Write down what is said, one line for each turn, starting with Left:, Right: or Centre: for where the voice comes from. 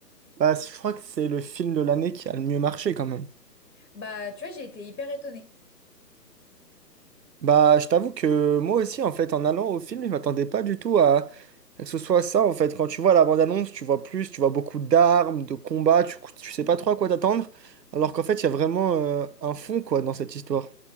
Right: Bah je crois que c'est le film de l'année qui a le mieux marché quand même.
Left: Bah, tu vois, j'ai été hyper étonnée.
Right: Bah je t'avoue que moi aussi en fait en allant au film, je m'attendais pas du tout à Que ce soit ça, en fait, quand tu vois la bande-annonce, tu vois plus, tu vois beaucoup d'armes, de combats, tu, tu sais pas trop à quoi t'attendre, alors qu'en fait, il y a vraiment euh, un fond, quoi, dans cette histoire.